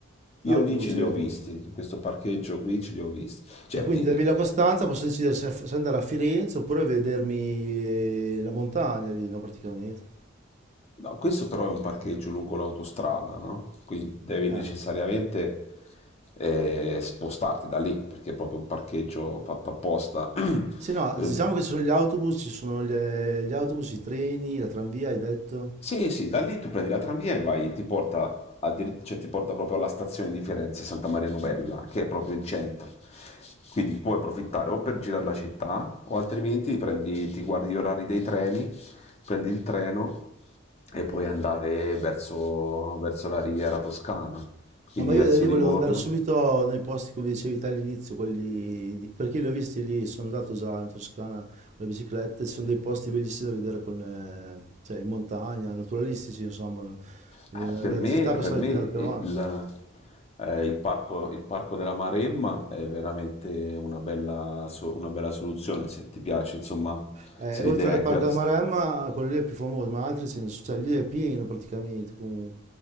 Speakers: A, on the left; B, on the right.
A: Io
B: L'autobus
A: lì ce li
B: arriva
A: ho
B: a
A: visti,
B: Villa Costanza.
A: in questo parcheggio qui ce li ho visti. Cioè,
B: E quindi
A: di-
B: da Villa Costanza posso decidere se, se andare a Firenze oppure vedermi la montagna lì, no, praticamente.
A: no, questo però è un parcheggio lungo l'autostrada, no? Quindi devi
B: Ah.
A: necessariamente eh, spostarti da lì, perché è proprio un parcheggio fatto apposta.
B: Sì, no,
A: <clears throat> Eh,
B: diciamo che ci sono gli autobus, ci sono gli, gli autobus, i treni, la tranvia, hai detto?
A: Sì, sì, da lì tu prendi la tranvia e vai, ti porta, addir- cioè, ti porta proprio alla stazione di Firenze, Santa Maria Novella, che è proprio in centro. Quindi puoi approfittare o per girare la città o altrimenti ti, prendi, ti guardi gli orari dei treni, prendi il treno e puoi andare verso, verso la riviera toscana, quindi
B: No, ma
A: verso
B: io da lì
A: Livorno
B: volevo andare subito nei posti, come dicevi te all'inizio, quelli di- perché li ho visti lì, sono andato già in Toscana con la bicicletta, ci sono dei posti bellissimi da vedere con, eh, cioè, in montagna, naturalistici, insomma,
A: Eh,
B: la
A: Per me,
B: città passava
A: per me
B: di tenere
A: il,
B: al Peron.
A: eh, il parco, il parco della Maremma è veramente una bella, so- una bella soluzione se ti piace, insomma,
B: Eh,
A: se l'idea
B: oltre
A: è
B: al Parco
A: quella di...
B: della Maremma, quello lì è più famoso, ma altri ce ne sono, cioè lì è pieno praticamente, comunque,